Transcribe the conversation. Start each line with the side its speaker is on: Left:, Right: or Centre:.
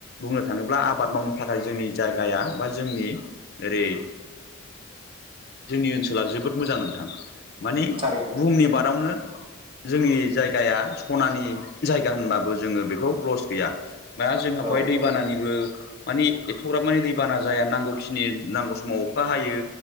Left: बुंनो थाङोब्ला आबाद मावनो थाखाय जोंनि जायगाया बा जोंनि ओरै जोंनि ओनसोला जोबोद मोजां नोंथां माने
Right: थारैनो
Left: बुहुमनि मादावनो जोंनि जायगाया सनानि जायगा होनबाबो जोङो बेखौ लस गैया दा जोंहा
Right: औ
Left: बेहाय दैबानानिबो
Right: औ
Left: मानि एथ'ग्राब मानि दैबाना जाया नांगौखिनि नांगौ समाव अखा हायो